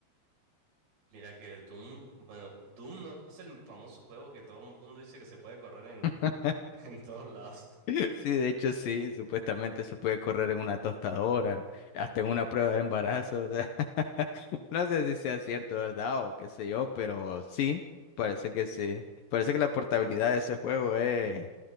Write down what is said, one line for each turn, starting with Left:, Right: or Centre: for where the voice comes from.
Right: Mira que Doom, bueno, Doom no es el famoso juego que todo el mundo dice que se puede correr en, <laughs>
Left: <laughs>
Right: en todos lados.
Left: <laughs> Sí, de hecho sí, supuestamente se puede correr en una tostadora, hasta en una prueba de embarazo, o sea, <laughs> no sé si sea cierto, ¿verdad? O qué sé yo, pero sí, parece que sí. Parece que la portabilidad de ese juego es,